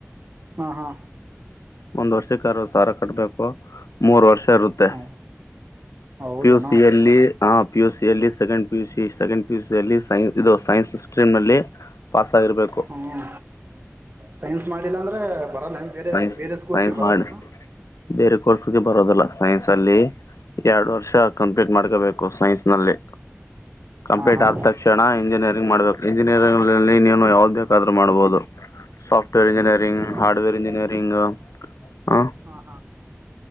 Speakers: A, on the right; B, on the left.
A: ಹಾ ಹಾ
B: ಒಂದ್ ವರ್ಷಕ್ಕಾರ ಸಾರ ಕಟ್ಬೇಕು ಮೂರ್ ವರ್ಷ ಇರುತ್ತೆ
A: ಹ್ಞೂ ಹೌದೇನೋ
B: ಪಿಯುಸಿಯಲ್ಲಿ ಆ ಪಿ ಯುಸ ಅಲ್ಲಿ ಸೆಕೆಂಡ್ ಪ ಯುಸ ಸೆಕೆಂಡ್ ಪ ಯುಸ ಅಲ್ಲಿ ಸೈನ್ಸ್ ಇದು ಸೈನ್ಸ್ ಸ್ಟ್ರೀಮ್ ನಲ್ಲಿ ಪಾಸ್ ಆಗಿರ್ಬೇಕು
A: ಹ್ಞೂ ಸೈನ್ಸ್ ಮಾಡಿಲ್ಲ ಅಂದ್ರೆ ಬರಲ್ಲ ಬೇರೆ
B: ಸೈನ್ಸ್
A: ಬೇರೆ ಕೋರ್ಸಿ
B: ಸೈನ್ಸ್
A: ಬರಲ್ಲನು
B: ಮಾಡಿ ಬೇರೆ ಕೋರ್ಸ್ಗೆ ಬರೋದಲ್ಲ ಸೈನ್ಸ್ ಅಲ್ಲಿ ಎರಡು ವರ್ಷ ಕಂಪ್ಲೀಟ್ ಮಾಡ್ಕೋಬೇಕು ಸೈನ್ಸ್ ನಲ್ಲಿ ಕಂಪ್ಲೀಟ್
A: ಹಾಂ ಹಾಂ
B: ಆದ ತಕ್ಷಣ ಇಂಜಿನಿಯರಿಂಗ್ ಮಾಡ್ಬೇಕು ಇಂಜಿನಿಯರಿಲ್ಲಿ ನೀನು ಯಾವ್ದ್ ಬೇಕಾದ್ರು ಮಾಡ್ಬಹುದು ಸಾಫ್ಟ್ವೇರ್ ಇಂಜಿನಿಯರಿಂಗ್
A: ಹೌದಾ
B: ಹಾರ್ಡ್ವೇರ್ ಇಂಜಿನಿಯರಿಂಗ್ ಹ
A: ಹಾಂ ಹಾಂ